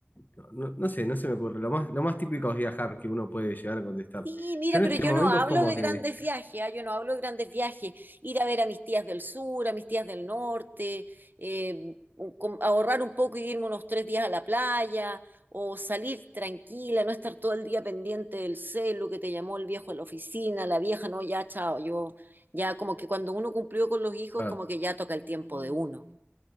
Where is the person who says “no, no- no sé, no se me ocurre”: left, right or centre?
Left